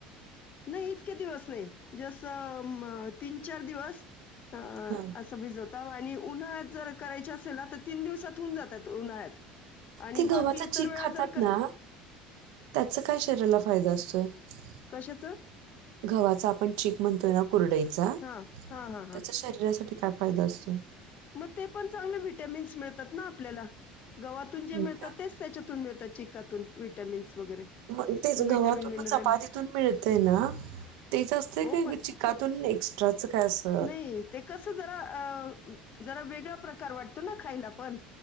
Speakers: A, on the left; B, on the right.
A: नाही इतके दिवस नाही जस म तीन चार दिवस अ
B: हां
A: असं बी भिजल आणि उन्हाळ्यात जर करायचे असेल ना तर तीन दिवसात होऊन जातात उन्हाळ्यात आणि
B: ते गव्हाच
A: बाकी इतर
B: चीक
A: वेळा
B: खातात
A: जर क
B: ना त्याचं काय शरीराला <unintelligible>
A: कशाचं?
B: गव्हाचा चिक म्हणतो ना कुरडईचा
A: हां हां हां
B: त्याच्या
A: हां
B: शरीरासाठी काय फायदा असतो?
A: मग ते पण चांगले विटॅमिन्स मिळतात ना आपल्याला गव्हातून जे
B: होय
A: मिळतात
B: का
A: तेच त्याच्यातून मिळतात चिकातून विटॅमिन्स वगैरे
B: मग तेच
A: विटॅमिन
B: गव्हातून
A: मिनरल
B: मग चपातीतून मिळतंय ना तेच असतंय
A: हो
B: काय
A: पण
B: चिकातून एक्स्ट्राचं काय असं
A: नाही ते कस जरा अ जरा वेगळा प्रकार वाटतो ना खायला पण